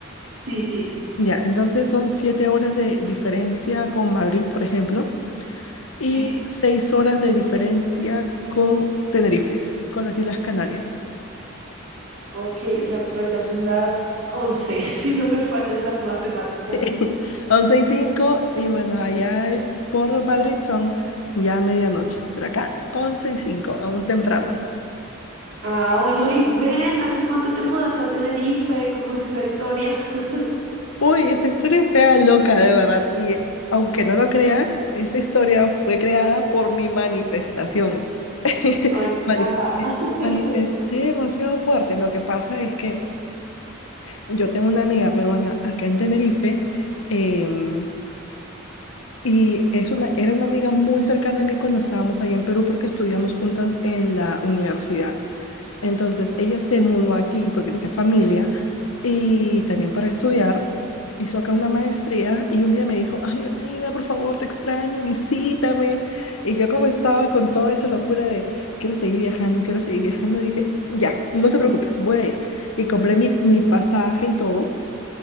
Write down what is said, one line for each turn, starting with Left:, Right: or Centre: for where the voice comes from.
Right: Sí, sí.
Left: Ya, entonces son siete horas de diferencia con Madrid, por ejemplo y
Right: Sí.
Left: seis horas de diferencia con Tenerife, con las Islas Canarias.
Right: Ok, o sea, por allá son las 11, <laughs> si no me falla la matemática.
Left: <laughs> Once y 5, y bueno, allá eh, por Madrid son ya medianoche, pero acá 11 y 5, aún temprano.
Right: Ah, bueno, y ven, ¿hace cuánto te mudaste a Tenerife? ¿Cómo es esa historia? <laughs>
Left: Uy, esa historia es mega loca, de verdad. Y eh, aunque no lo creas, esta historia fue creada por mi manifestación. <laughs>
Right: Ay,
Left: Manifesté,
Right: me encanta. <laughs>
Left: manifesté demasiado fuerte. Lo que pasa es que yo tengo una amiga peruana acá en Tenerife. em, Y es una, era una amiga muy cercana a mí cuando estábamos allá en Perú porque estudiamos juntas en la universidad. Entonces, ella se mudó aquí porque tiene familia y también para estudiar. Hizo acá una maestría y un día me dijo, ay amiga, por favor, te extraño, visítame. Y yo como estaba con toda esa locura de, quiero seguir viajando, quiero seguir viajando, dije, ya, no te preocupes, voy a ir. Y compré mi, mi pasaje y todo